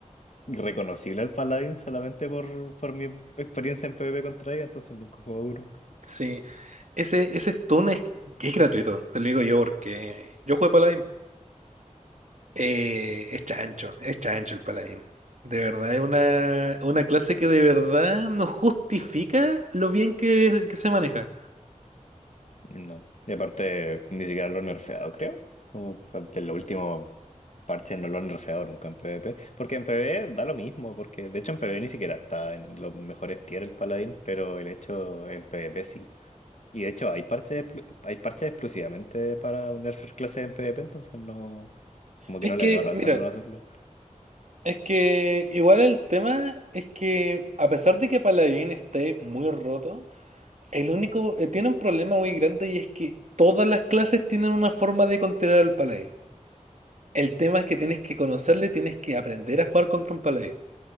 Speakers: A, on the left; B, on the right.
A: reconocible al paladín solamente por, por mi experiencia en PvP contra ella, entonces nunca jugué duro.
B: sí, ese, ese stun es, es gratuito, te lo digo yo, porque yo jugué Paladín Eh, es chancho, es chancho el paladín. De verdad, es una, una clase que de verdad no justifica lo bien que, que se maneja.
A: No. Y aparte, ni siquiera lo han nerfeado, creo. Como de los últimos parches no lo han nerfeado nunca en PvP. Porque en PvP da lo mismo, porque de hecho en PvP ni siquiera está en los mejores tier el paladín, pero el hecho en PvP sí. Y de hecho hay parches, explu- hay parches exclusivamente para un nerfer clase en PvP, entonces no, como que
B: Es
A: no
B: que,
A: le veo razón
B: mira,
A: a no hacerlo.
B: es que igual el tema es que a pesar de que Paladín esté muy roto, el único, eh, tiene un problema muy grande y es que todas las clases tienen una forma de controlar al Paladín. El tema es que tienes que conocerle, tienes que aprender a jugar contra un Paladín.